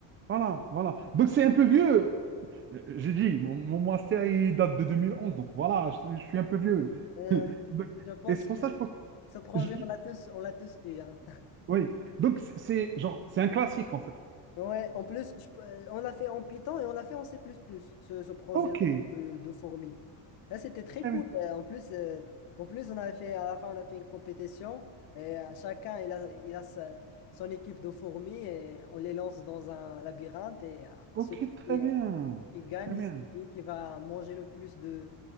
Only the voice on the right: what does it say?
voilà, voilà. Donc c'est un peu vieux. Euh, J'ai dit, mon, mon master, il date de 2011, donc voilà, je, je suis un peu vieux.
<laughs> Donc,
et c'est pour
ça que je pense...
je-
oui, donc c'est c'est genre, c'est un classique en fait.
Ok, très
bien.
Ok,
très bien.
Très bien.